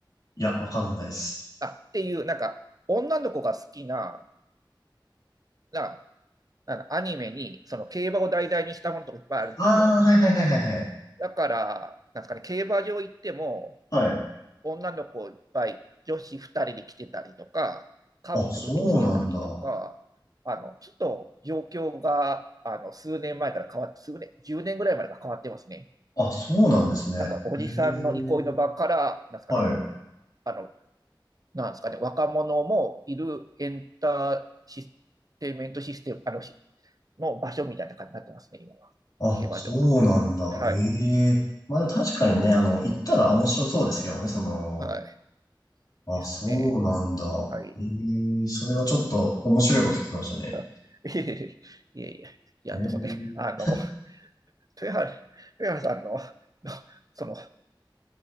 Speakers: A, on the left (about 50°); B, on the right (about 45°).
A: いや、わかんないです。
B: あ、っていう、なんか、女の子が好きな、な、なんだアニメに、その競馬を題材にしたものとかいっぱいあるんですよ。
A: ああ、はいはいはいはいはい。
B: だから、なんですかね、競馬場行っても、
A: はい。
B: 女の子いっぱい、女子2人で来てたりとか、カップルで来てたりとか、
A: あ、そうなんだ。
B: あの、ちょっと状況が、あの、数年前から変わって、数年、10年ぐらいまでが変わってますね。
A: あ、そうなんですね。
B: なんか、おじさんの憩いの場から、
A: ええ。
B: なんですかね、
A: はい。
B: あの、なんですかね、若者もいるエンターシテイメントシステム、あの、の場所みたいな感じになってますね、今は。
A: あ、
B: 競馬場が。
A: そうなんだ。
B: はい。
A: ええ。まあでも確かにね、あの、行ったら面白そうですけどね、その、
B: はい。
A: あ、
B: ですね。
A: そうなんだ。
B: はい。
A: ええ、それはちょっと面白いこと聞きましたね。
B: <laughs> いえいえ、いえいえ。いや、
A: ええ。
B: でもね、あの、豊原、豊原さんの、のその、